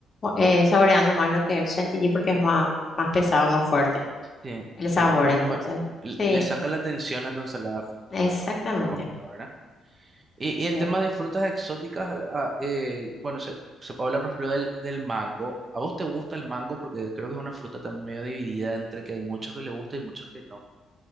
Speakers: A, on the left (about 45°); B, on the right (about 35°).
A: eh, saboreando más lo que es el chantilly porque es más, más pesado, más fuerte
B: Sí,
A: el sabor,
B: sí. Y
A: entonces.
B: como le
A: Sí,
B: le saca la atención a tu ensalada de frutas,
A: exactamente.
B: en realidad, cuando estás comiendo, ¿verdad? Y,
A: Sí.
B: y el tema de frutas exóticas, ah, eh, bueno, se, se puede hablar, por ejemplo, del, del mango. ¿A vos te gusta el mango? Porque creo que es una fruta también medio dividida entre que hay muchos que le gusta y muchos que no.